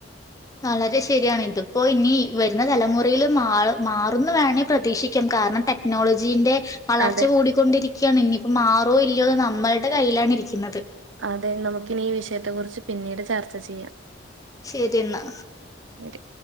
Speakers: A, on the left; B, on the right.
A: വളരെ ശരിയാണ് ഇതിപ്പോ ഇനി വരുന്ന തലമുറയിൽ മാ മാറുംന്ന് വേണെ പ്രതീക്ഷിക്കാം കാരണം ടെക്നോളജി ന്റെ വളർച്ച
B: അതെ.
A: കൂടിക്കൊണ്ടിരിക്കയാണ് ഇനിപ്പോ മാറോ ഇല്ലയോ നമ്മളുടെ കയ്യിലാണ് ഇരിക്കുന്നത്
B: അതെ നമുക്കിനി ഈ വിഷയത്തെ കുറിച്ച് പിന്നീട് ചർച്ച ചെയ്യാം
A: ശരി എന്നാ
B: ശരി